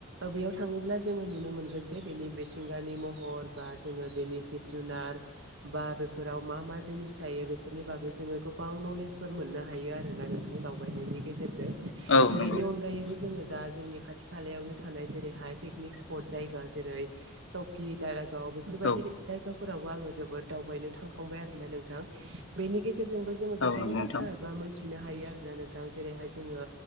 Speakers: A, on the right (about 60°); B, on the left (about 65°).
A: बेयाव थाङोब्ला जोङो नुनो मोनगोन जे बेनि मिथिंगा नि महर बा जोङो बेनि जिब जुनार बा फोराव मा मा जिनिस थायो बेफोरनि बागै जोङो गोबां नलेजफोर मोननो हायो आरोना नोंथां दावबायनि नि गेजेरजों।
B: औ नंगौ
A: बेनि अनगायैबो जोङो दा जोंनि खाथि खालायावनो थानाय जेरैहाय पिकनिक स्पट जायगा जेरै स दारागाव बेफोरबायदि
B: औ
A: जायगाफोरावबो आङो जोबोद दावबायनो थांखांबाय आरोना नोंथां‌। बेनि गेजेरजोंबो जोङो गोबां
B: औ नंगौ
A: बाथ्रा
B: नोंथां
A: एबा मिथिनो हायो आरोना नोंथां जेरैहाय जोङो